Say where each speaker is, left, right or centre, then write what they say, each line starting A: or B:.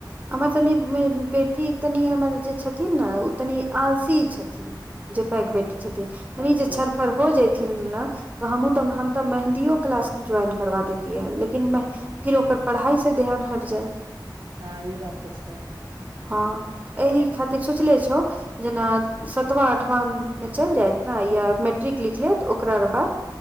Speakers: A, on the right; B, on the right.
A: हमर जे बेटी छथिन ने, ओ तनि आलसी छथिन। जे पैघ
B: ओ
A: बेटी छथिन ने, ओ तनि
B: अच्छा
A: छरफर हो जाइत छथिन। तऽ हमहूँ तऽ मेहन्दी क्लास ज्वाइन करबा दैती, लेकिन फेर ओकर पढ़ाइसँ ध्यान हटि जायत।
B: हँ ई बात तऽ छै।
A: हँ, एहि खातिर सोचले छियौ। जेना सातवाँ आठवाँमे चलि जायत ने, या मैट्रिक लिख लेत, ओकरा बाद।